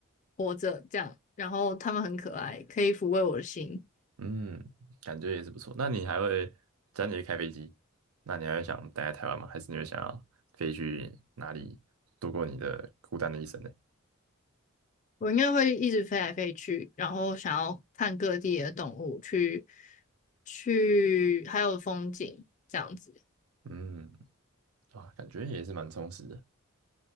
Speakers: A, on the left (about 35°); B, on the right (about 85°).
A: 活着这样，然后他们很可爱，可以抚慰我的心。
B: 嗯，感觉也是不错。那你还会，只要你会开飞机，那你还会想待在台湾吗？还是你会想要飞去哪里度过你的孤单的一生呢？
A: 我应该会一直飞来飞去，然后想要看各地的动物，去去还有风景这样子。
B: 嗯，哇，感觉也是蛮充实的。